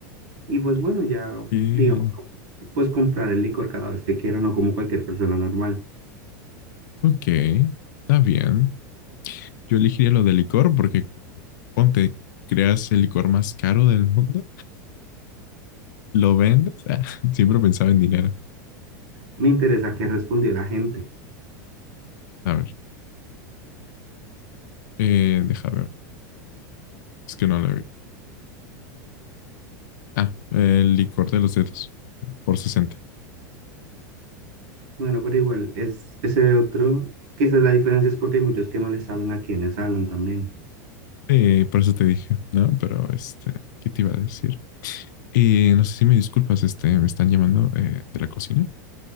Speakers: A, on the right; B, on the left.
A: y pues bueno, ya
B: Y-
A: digamos, pues comprar el licor cada vez que quiera, no como cualquier persona normal.
B: Ok, está bien. Yo elegiría lo de licor porque ponte, creas el licor más caro del mundo, lo vendes. <laughs> Ah, siempre pensaba en dinero.
A: Me interesa qué respondió la gente.
B: A ver, eh, deja ver. Es que no lo vi. Ah, el licor de los dedos por 60.
A: Bueno, pero igual, es ese otro, quizás la diferencia es porque hay muchos que no le saben a quiénes hablan también.
B: Sí, por eso te dije, ¿no? Pero este, ¿qué te iba a decir? Y no sé si me disculpas, este, me están llamando eh, de la cocina.